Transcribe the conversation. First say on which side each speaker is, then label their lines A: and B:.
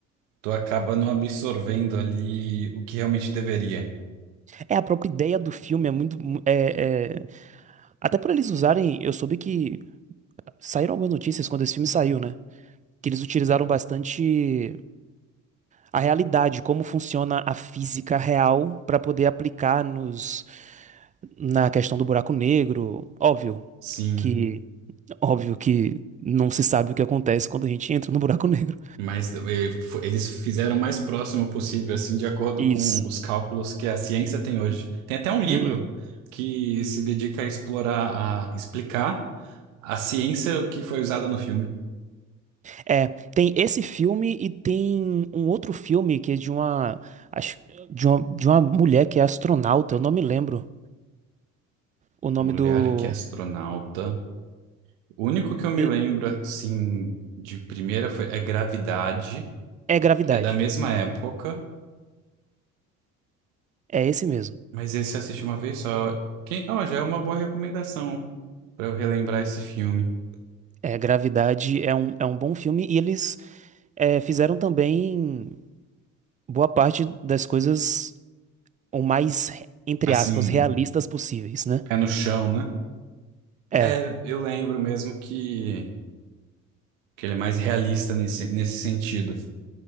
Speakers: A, on the right; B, on the right.
A: tu acaba não absorvendo ali o que realmente deveria.
B: É, a própria ideia do filme é muito. mu- É, é- Até por eles usarem. Eu soube que saíram algumas notícias quando esse filme saiu, né? Que eles utilizaram bastante a realidade, como funciona a física real, pra poder aplicar nos... na questão do buraco negro. Óbvio
A: Sim,
B: que. Óbvio que não se sabe o que acontece quando a gente entra no buraco <laughs> negro.
A: mas eh, fo- eles fizeram o mais próximo possível, assim, de acordo
B: Isso.
A: com os cálculos que a ciência tem hoje. Tem até um livro
B: Uhum.
A: que se dedica a explorar, a explicar a ciência que foi usada no filme.
B: É, tem esse filme e tem um outro filme que é de uma, acho, de uma, de uma mulher que é astronauta, eu não me lembro o nome
A: Mulher
B: do.
A: que é astronauta. O único que eu me
B: e-
A: lembro, assim, de primeira foi é Gravidade,
B: É Gravidade.
A: que é da mesma época,
B: É esse mesmo.
A: mas esse eu assisti uma vez só. Quem, ó, já é uma boa recomendação pra eu relembrar esse filme.
B: É, Gravidade é um, é um bom filme e eles é, fizeram também boa parte das coisas o mais, re- entre
A: Assim,
B: aspas, realistas possíveis, né?
A: é no chão, né?
B: É.
A: É, eu lembro mesmo que, que ele é mais realista nesse, nesse sentido.